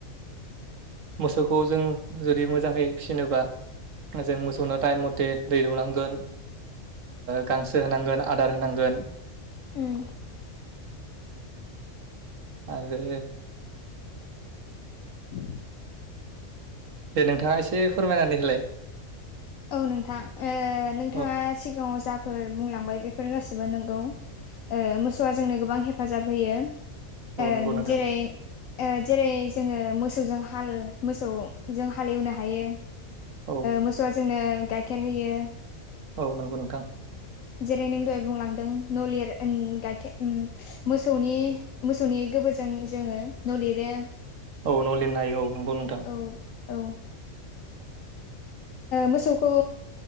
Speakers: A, on the right; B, on the left.
A: मोसौखौ जों जुदि मोजाङै फिसिनोबा जों मोसौनो टाइम मथे दै दौनांगोन गांसो गोसो होनांगोन आदार होनांगोन
B: उम
A: आरो
B: उ
A: दे नोंथाङा एसे फोरमायनानै होलाय
B: औ नोंथां नोंथाङा
A: औ
B: सिगाङाव जाफोर बुंलांबाय बेफोर गासिबो नंगौ
A: <inaudible>
B: मोसौआ जोंनो गोबां हेफाजाब होयो
A: औ नंगौ नोंथां
B: जेरै जेरै जोङो मोसौजों हाल मोसौजों हालेवनो हायो
A: औ
B: मोसौआ जोंनो गाइखेर होयो
A: औ नंगौ नोंथां
B: जेरै नों दहाय बुंलांदों नलिर गाइखेर मोसौनि मोसौनि गोबोरजों जोङो न' लिरो
A: औ न' लिरनो हायो औ नंगौ नोंथां
B: औ औ मोसौखौ